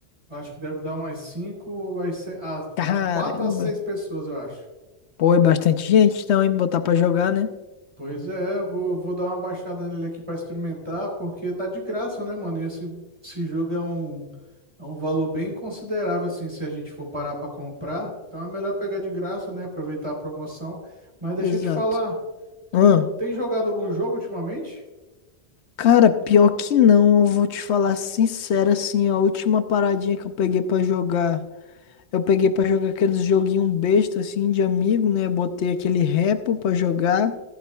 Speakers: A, on the right; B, on the left.
A: acho que deve dar umas 5, às se- às-
B: Caramba.
A: às 4 a 6 pessoas, eu acho.
B: Pô, é bastante gente, então, hein? Botar pra jogar, né?
A: Pois é, eu vou, vou dar uma baixada nele aqui pra experimentar, porque tá de graça, né, mano? E esse, esse jogo é um, é um valor bem considerável, assim, se a gente for parar pra comprar. Então é melhor pegar de graça, né? Aproveitar a promoção. Mas deixa
B: Exato.
A: eu te falar, tu
B: Ahn.
A: tem jogado algum jogo ultimamente?
B: Cara, pior que não, eu vou te falar sincero assim, ó, a última paradinha que eu peguei pra jogar, eu peguei pra jogar aqueles joguinho besta assim de amigo, né? Botei aquele Repo pra jogar,